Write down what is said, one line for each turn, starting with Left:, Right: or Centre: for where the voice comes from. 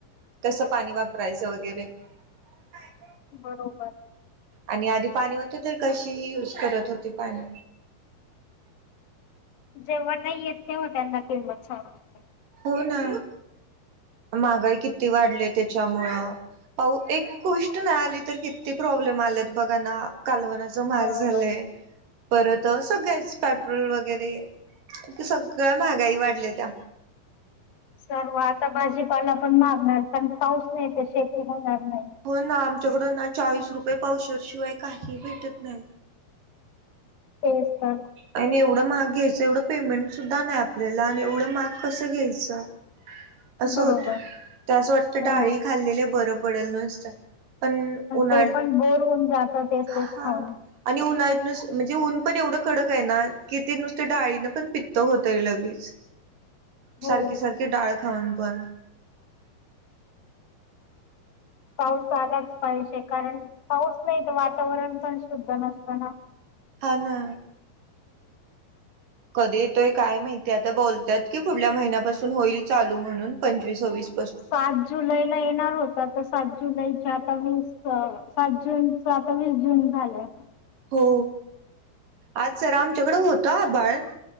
Right: कसं पाणी वापरायचं वगैरे. <unintelligible>
Left: बरोबर.
Right: आणि आधी पाणी होते तर कशीही यूज करत होते पाणी.
Left: जेव्हा नाही येत तेव्हा त्यांना किंमत समजते.
Right: हो ना, महागाई किती वाढले त्याच्यामुळं. पाहू एक गोष्ट नाही आली तर किती प्रॉब्लेम आलेत बघा ना. कालवनाच महाग
Left: बरोबर.
Right: झालंय, परत सगळेच पेट्रोल वगैरे. ते सगळ्या महागाई वाढल्या त्या
Left: सर्व आता भाजीपाला पण महागणार कारण पाऊस नाही ते शेती होणार नाही.
Right: हो ना आमच्याकडून ना चाळीस रुपये पावशरशिवाय काही भेटत नाही.
Left: तेच तं.
Right: आणि एवढं महाग घ्यायचं एवढं पेमेंट सुद्धा नाही आपल्याला आणि एवढं महाग कसं घ्यायचं? असं
Left: बरोबर
Right: होतं त्या असं वाटतं डाळी
Left: हो ना.
Right: खाल्लेलं बरं पडल नु सत. पण उन्हाळीत.
Left: ते पण बोर होऊन जात तेच
Right: हा
Left: तेच खाऊन
Right: आणि उन्हाळ्यात नुस म्हणजे ऊन पण एवढं कडक आहे ना कि ते नुसते डाळीनं पण पित्त होतंय लगेच.
Left: हो
Right: सारखे
Left: ना.
Right: सारखे डाळ खाऊन पण
Left: पाऊस आलाच पाहिजे कारण पाऊस नाही तर वातावरण पण शुद्ध नसतं ना.
Right: हा ना कधी येतोय काय माहितीय आता बोलतात की पुुढल्या महिन्यापासून होईल चालू म्हणून पंचवीसवीस
Left: सात जुलैला येणार होता तर सात जुलै चार पाच विसचं सात जून चं आता वीस जून झालंय.
Right: हो आज जरा आमच्याकडे होत आभाळ.